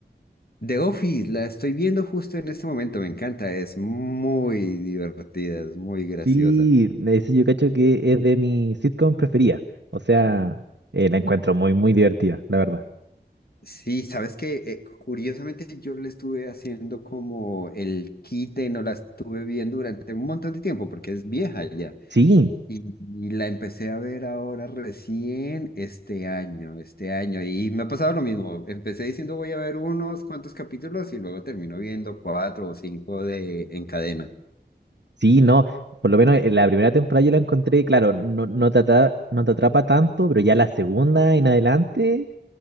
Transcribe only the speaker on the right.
Sí, ese yo cacho que es de mi sitcom preferida. O sea, eh, la encuentro muy, muy divertida, la verdad.
Sí,
sí, no. Por lo menos en la primera temporada yo la encontré, claro, no, no te atrapa, no te atrapa tanto, pero ya la segunda en adelante,